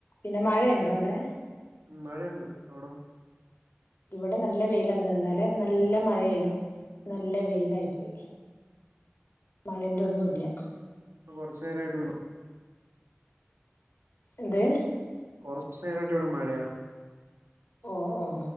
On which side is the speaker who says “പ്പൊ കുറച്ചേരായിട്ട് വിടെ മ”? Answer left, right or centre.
Right